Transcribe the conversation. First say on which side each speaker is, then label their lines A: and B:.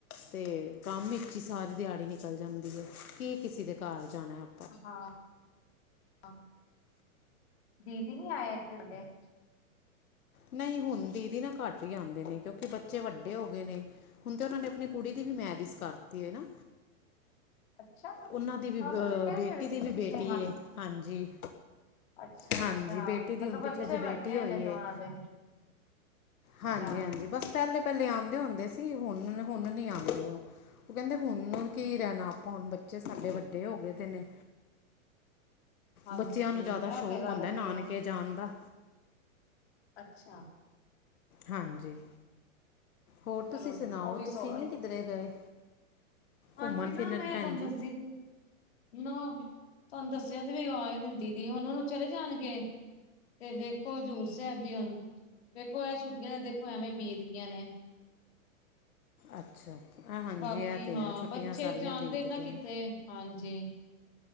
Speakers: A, on the left; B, on the left.
A: ਤੇ ਕੰਮ ਵਿੱਚ ਹੀ ਸਾਰੀ ਦਿਹਾੜੀ ਨਿਕਲ ਜਾਂਦੀ ਹੈ, ਕੀ ਕਿਸੇ ਦੇ ਘਰ ਜਾਣਾ ਏ।
B: ਹਾਂ। ਹਾਂ ਦੀਦੀ ਨੀ ਆਇ <unintelligible>
A: ਨਹੀਂ ਹੁਣ ਦੀਦੀ ਨਾ ਘੱਟ ਹੀ ਆਉਂਦੇ ਨੇ ਕਿਉਂਕਿ ਬੱਚੇ ਵੱਡੇ ਹੋ ਗਏ ਨੇ। ਹੁਣ ਤਾਂ ਉਹਨਾਂ ਨੇ ਆਪਣੀ ਕੁੜੀ ਦੀ ਵੀ ਮੈਰਿਜ ਕਰਤੀ ਹੈ ਨਾ।
B: ਅੱਛਾ
A: ਉਹਨਾਂ ਦੀ ਵੀ ਅ
B: ਹਾਂ ਸੱਚ ਕਹਿੰਦੇ
A: ਬੇਟੀ
B: ਸੀ
A: ਦੀ ਵੀ
B: ਪਿੱਛੇ
A: ਬੇਟੀ ਏ, ਹਾਂਜੀ।
B: ਅੱਛਾ
A: ਹਾਂਜੀ
B: ਅੱਛਾ
A: ਬੇਟੀ
B: ਮਤਲਬ
A: ਦੀ ਹੁਣ
B: ਬੱਚੇ
A: ਪਿੱਛੇ ਜੇ
B: ਵੱਡੇ
A: ਬੇਟੀ ਹੋਈ
B: ਨੇ ਤੇ
A: ਏ।
B: ਉਹਨਾਂ ਦੇ ਅੱਛਾ
A: ਹਾਂਜੀ- ਹਾਂਜੀ ਬਸ ਪਹਿਲੇ- ਪਹਿਲੇ ਆਉਂਦੇ ਹੁੰਦੇ ਸੀ ਹੁਣ, ਹੁਣ ਨਹੀਂ ਆਉਂਦੇ ਉਹ। ਓ ਕੈੰਦੇ ਹੁਣ ਕੀ ਰੈਣਾ ਆਪਾ ਹੁਣ ਬੱਚੇ ਸਾਡੇ ਵੱਡੇ ਹੋਗੇ ਤੇ ਨੇ
B: ਹਾਂਜੀ
A: ਬੱਚੇਆ ਨੂੰ
B: ਇਹ
A: ਜਾਦਾ ਸ਼ੌਕ
B: ਤੇ ਗੱਲ
A: ਹੁੰਦਾ
B: ਹੈਗੀ
A: ਨਾਨਕੇ
B: ਏ
A: ਜਾਣ ਦਾ
B: ਅੱਛਾ
A: ਹਾਂਜੀ ਹੋਰ
B: ਚਲੋ
A: ਤੁਸੀ ਸਣਾਓ
B: ਉਹ ਵੀ
A: ਤੁਸੀਂ
B: ਸੋ ਆਏ
A: ਨੀ ਕਿਧਰੇ ਗਏ
B: ਹਾਂਜੀ
A: ਘੁੰਮਣ
B: ਨਾ
A: ਫਿਰਨ
B: ਮੈਂ
A: ਭੈਣ
B: ਤਵਾਨੂੰ
A: ਜੀ
B: ਦਸਦੀ ਪੀ ਨਾ, ਤਵਾਨੂੰ ਦੱਸੇਆ ਤੇ ਵੀ ਆਏ ਦਿਣ ਦਿੰਦੀ ਓ ਨੂੰ ਚਲੇ ਜਾਣਗੇ ਤੇ ਦੇਖੋ ਜੂੂਰ ਸੈਬ ਜਿਨਾ ਨੂੰ, ਦੇੇਖੋ ਐ ਛੁੱਟੀਆ ਤੇ ਦੇਖੋ ਐਵੇਂ ਬੀਤ ਗਿਆ ਨੇ
A: ਅੱਛਾ, ਆ ਹ ਹਾਂਜੀ
B: ਬਾਕੀ
A: ਐ ਤੇ
B: ਹਾਂ
A: ਐ ਛੁੱਟੀਆ
B: ਬੱਚੇ
A: ਸਾਰੀਆ
B: ਜਾਣਦੇ
A: ਬੀਤ
B: ਨਾ
A: ਗੇਆ
B: ਕਿੱਥੇ ਹਾਂਜੀ